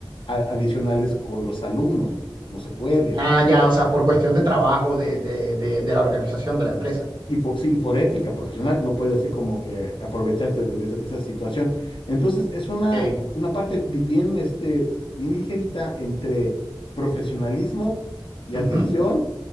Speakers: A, on the left (about 75°); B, on the right (about 65°).
A: a- adicionales con los alumnos. pues, No se puede,
B: Ah,
A: o sea,
B: ya, o sea, por cuestión de trabajo de, de, de, de la organización de la empresa.
A: Y por, sí, y por ética profesional no puedes así como que aprovecharte de, de esa de esa situación. Entonces es una,
B: Ok.
A: una parte bi- bien, este, bien ligerita entre profesionalismo y
B: Ujú.
A: atención